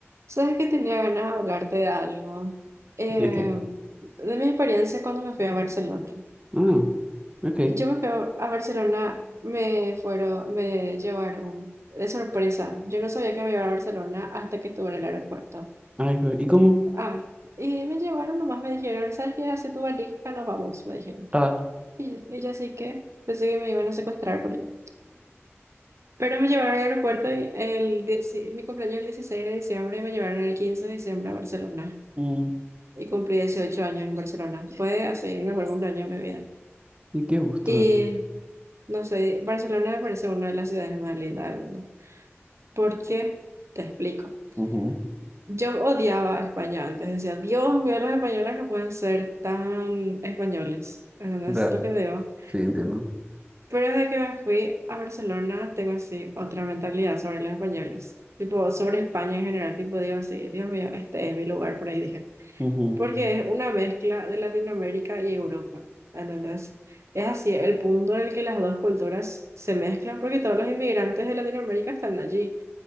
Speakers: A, on the right (about 75°); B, on the right (about 25°).
A: Sabes que tenía ganas de hablarte de algo, Eh,
B: ¿De qué?
A: de mi experiencia cuando me fui a Barcelona.
B: Ah, ok.
A: Yo me fui a a Barcelona, me fueron, me llevaron de sorpresa. Yo no sabía que me iba a Barcelona hasta que estuve en el aeropuerto.
B: Ay, jue- ¿Y cómo?
A: Tip- Ah, y me llevaron, nomás me dijeron, ¿sabes qué? Hace tu valija, nos vamos, me dijeron.
B: Ah,
A: Y, y yo así que pensé que me iban a secuestrar por ahí. Pero me llevaron al aeropuerto y el, dieci- mi cumpleaños es el 16 de diciembre y me llevaron el 15 de diciembre a Barcelona.
B: mm,
A: y cumplí 18 años en Barcelona. Fue así el mejor cumpleaños de mi vida.
B: ¿y qué gusto?
A: Y no sé, Barcelona me parece una de las ciudades más lindas del mundo. ¿Por qué? Te explico.
B: Ujú.
A: Yo odiaba a España antes. Decía, Dios mío, los españoles no pueden ser tan españoles. ¿Entendés
B: Ra-
A: lo que digo?
B: Sí, entiendo.
A: Pero desde que me fui a Barcelona, tengo así otra mentalidad sobre los españoles. Tipo, sobre España en general. Tipo, digo así, Dios mío, este es mi lugar, por ahí dije.
B: Ujú,
A: Porque es una mezcla de Latinoamérica y Europa. Entonces, es así, el punto en el que las dos culturas se mezclan, porque todos los inmigrantes de Latinoamérica están allí.